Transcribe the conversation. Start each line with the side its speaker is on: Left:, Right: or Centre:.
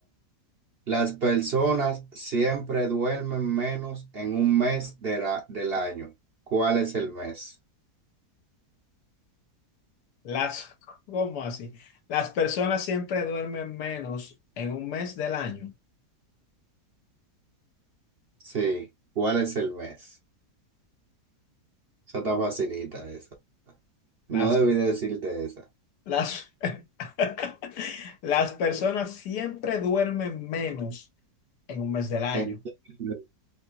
Right: las personas siempre duermen menos en un mes de la- del año. ¿Cuál es el mes?
Left: Las, ¿cómo así? Las personas siempre duermen menos en un mes del año.
Right: Sí, ¿cuál es el mes? Eso está facilita, esa. No
Left: Las,
Right: debí decirte esa.
Left: las <laughs> Las personas siempre duermen menos en un mes del año.
Right: <laughs> Entiende